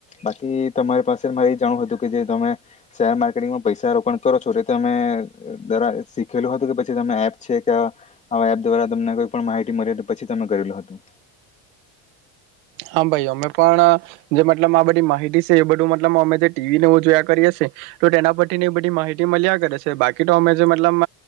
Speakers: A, on the left; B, on the right.
A: બાકી તમારી પાસે મારે એ જાણવું હતું કે જે તમે શેર મા માર્કેટિંગ પૈસા રોકાણ કરો છો એ તમેરા શીખેલું હતું કે પછી તમે એપ છે કે એપ દ્વારા તમને કોઈ પણ માહિતી મળી તો પછી તમે કરેલું હતું
B: હા ભાઈ અમે પણ જે મતલબ આ બધી માહિતી છસે એ બધું મતલબ અમે જે ટીવી ને એવુ જોયા કરીએ સે તો તેના પરથી બધી માહિતી મળ્યા કરે છે બાકી તો અમે જે મતલબ